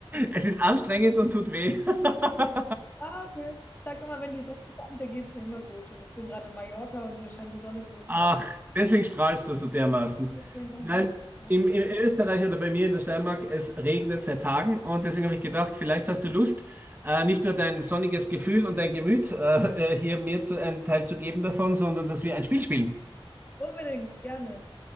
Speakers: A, on the right; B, on the left.
A: Es ist anstrengend und tut weh. <laughs>
B: Danke. Ich sag immer, wenn die Sonne scheint, da geht's mir immer gut. Und ich bin gerade in Mallorca und hier scheint die Sonne großteils.
A: Ach, deswegen strahlst du so dermaßen.
B: Deswegen kann
A: Nein,
B: ich mich nicht werden.
A: im, in Österreich oder bei mir in der Steiermark, es regnet seit Tagen und deswegen habe ich gedacht, vielleicht hast du Lust, äh, nicht nur dein sonniges Gefühl und dein Gemüt äh, äh, hier mir zu, einen Teil zu geben davon, sondern dass wir ein Spiel spielen.
B: Unbedingt, gerne.